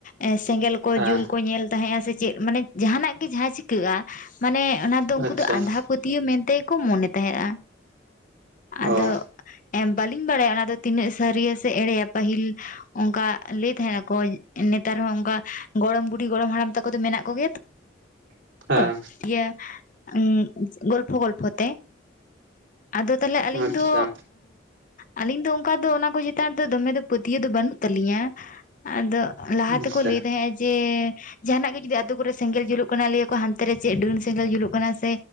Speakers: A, on the left (about 45°); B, on the right (about 75°).
A: ᱮᱸ ᱥᱮᱸᱜᱮᱞ ᱠᱚ
B: ᱦᱮᱸ
A: ᱡᱩᱞ ᱠᱚ ᱧᱮᱞ ᱛᱟᱦᱮᱸᱜᱼᱟ ᱥᱮ ᱪᱮᱫ ᱢᱟᱱᱮ ᱡᱟᱦᱟᱱᱟᱜ ᱜᱮ ᱡᱟᱦᱟᱸ ᱪᱤᱠᱟᱹᱜᱼᱟ ᱢᱟᱱᱮ ᱚᱱᱟ ᱫᱚ ᱩᱱᱠᱩ
B: ᱟᱪᱪᱷᱟ
A: ᱫᱚ ᱟᱸᱫᱷᱟ ᱯᱟᱹᱛ ᱛᱤᱭᱟᱹ ᱢᱮᱱ ᱛᱮᱜᱮᱠᱚ ᱢᱚᱱᱮ ᱛᱟᱦᱮᱸᱜ-ᱟ
B: ᱚ
A: ᱟᱫᱚ ᱵᱟᱹᱞᱤᱧ ᱵᱟᱲᱟᱭᱟ ᱚᱱᱟ ᱫᱚ ᱛᱤᱱᱟᱹᱜ ᱥᱟᱹᱨᱤᱭᱟ ᱥᱮ ᱮᱲᱮᱭᱟ ᱯᱟᱹᱦᱤᱞ ᱚᱱᱠᱟ ᱞᱟᱹᱭ ᱛᱟᱦᱮᱜ ᱟᱠᱚ ᱱᱮᱛᱟᱨ ᱦᱚᱸ ᱚᱱᱠᱟ ᱜᱚᱲᱚᱢ ᱵᱩᱰᱷᱤ ᱜᱚᱲᱚᱢ ᱦᱟᱲᱟᱢ ᱛᱟᱠᱚ ᱫᱚ ᱢᱮᱱᱟᱜ ᱠᱚᱜᱮᱭᱟ
B: ᱦᱮᱸ
A: ᱛᱚ᱾ ᱤᱭᱟᱹ ᱩᱸᱜ ᱜᱚᱞᱯᱷᱚ ᱜᱚᱞᱯᱷᱛ᱾ ᱠᱚ ᱛᱮ᱾ ᱟᱫᱚ ᱛᱟᱦᱞᱮ ᱟᱹᱞᱤᱧ
B: ᱟᱪᱪᱷᱟ
A: ᱫᱚ ᱟᱞᱤᱧ ᱫᱚ ᱚᱝᱠᱟ ᱫᱚ ᱚᱱᱟ ᱠᱚ ᱪᱮᱛᱟᱱ ᱨᱮᱫᱚ ᱫᱚᱢᱮ ᱫᱚ ᱯᱟᱹᱛᱤᱭᱟᱹ ᱫᱚ ᱵᱟᱹᱱᱩᱜ ᱛᱟᱹᱞᱤᱧᱟ ᱟᱫᱚ ᱞᱟᱦᱟ
B: ᱟᱪᱪᱷᱟ
A: ᱛᱮᱠᱚ ᱞᱟᱹᱭ ᱛᱟᱦᱮᱸᱜᱼᱟ ᱡᱮ ᱡᱟᱦᱟᱱᱟᱜ ᱜᱮ ᱡᱩᱫᱤ ᱟᱛᱳ ᱠᱚᱨᱮ ᱥᱮᱸᱜᱮᱞ ᱡᱩᱞᱩᱜ ᱠᱟᱱᱟ ᱞᱟᱹᱭ ᱟᱠᱚ ᱦᱟᱱ ᱛᱮ ᱨᱮ ᱪᱮᱫ ᱰᱟᱹᱱ ᱥᱮᱸᱜᱮᱞ ᱡᱩᱞᱩᱜ ᱠᱟᱱᱟ ᱥᱮ